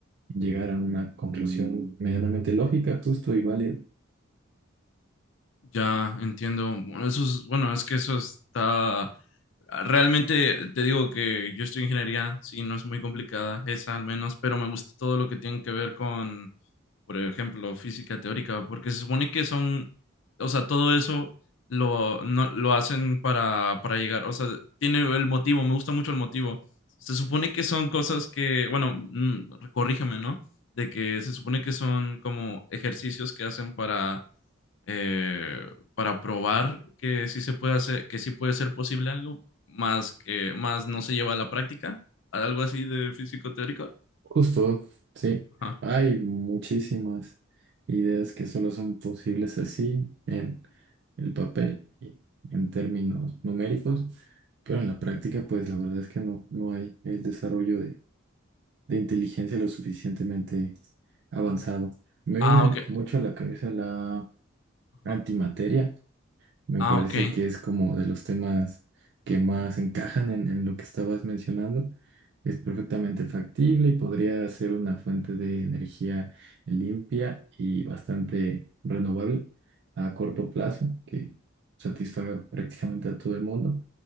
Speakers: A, on the right; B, on the left.
A: llegar a una conclusión medianamente lógica, justo y válida.
B: Ya, entiendo. Bueno, eso es, bueno, es que eso está realmente te digo que yo estoy en ingeniería, sí, no es muy complicada, esa al menos, pero me gusta todo lo que tiene que ver con, por ejemplo, física teórica, porque se supone que son, o sea, todo eso lo, no, lo hacen para, para llegar, o sea, tiene el motivo, me gusta mucho el motivo. Se supone que son cosas que, bueno, mm, corrígeme, ¿no? De que se supone que son como ejercicios que hacen para eh, para probar que sí se puede hacer, que sí puede ser posible algo, más que más no se lleva a la práctica, algo así de físico teórico.
A: Justo, sí.
B: Ajá.
A: Hay muchísimas ideas que solo son posibles así en el papel y en términos numéricos, pero en la práctica, pues la verdad es que no, no hay el desarrollo de, de inteligencia lo suficientemente avanzado. Me
B: Ah,
A: viene
B: ok.
A: mucho a la cabeza la
B: Ajá.
A: antimateria. Me
B: Ah,
A: parece
B: ok.
A: que es como de los temas que más encajan en, en lo que estabas mencionando. Es perfectamente factible y podría ser una fuente de energía limpia y bastante renovable a corto plazo, que satisfaga prácticamente a todo el mundo,